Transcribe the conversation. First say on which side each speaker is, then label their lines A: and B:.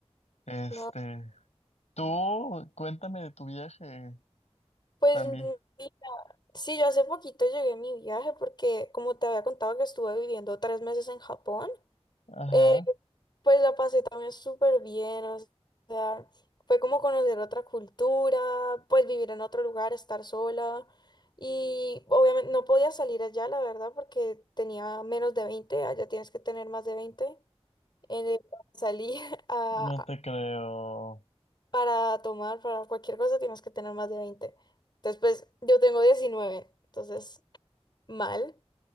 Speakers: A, on the left (about 85°); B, on the left (about 40°).
A: Este,
B: claro.
A: tú cuéntame de tu viaje
B: Pues
A: también.
B: mm, mira, sí, yo hace poquito llegué a mi viaje porque como te había contado que estuve viviendo tres meses en Japón,
A: Ajá,
B: Eh, pues la pasé también súper bien, o sea, fue como conocer otra cultura, pues vivir en otro lugar, estar sola. Y obviamente no podía salir allá, la verdad, porque tenía menos de veinte allá tienes que tener más de veinte Eh, salí <laughs> a-
A: no te creo.
B: para tomar, para cualquier cosa tienes que tener más de veinte Entonces, pues yo tengo diecinueve entonces mal.